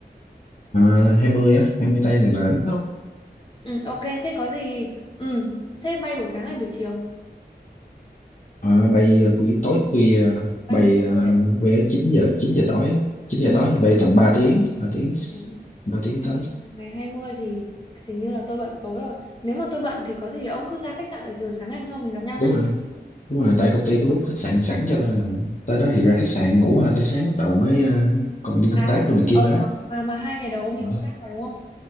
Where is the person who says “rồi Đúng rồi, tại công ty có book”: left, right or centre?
Left